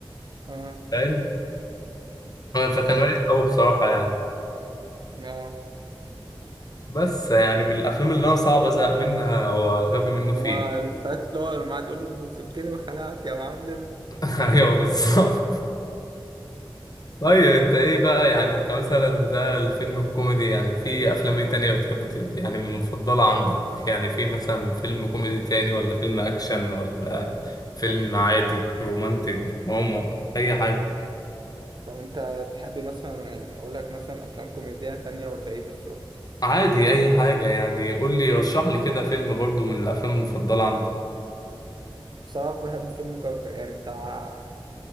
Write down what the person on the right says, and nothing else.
اه
يعني
اه
ما
الفات اللي هو لما قعد يقول له سبتني وخلعت يا معلم
طب انت تحب مثلا يعني اقول لك مثلا افلام كوميدية تانية ولا ايه بالظبط
بصراحة بحب فيلم كركر يعني بتاع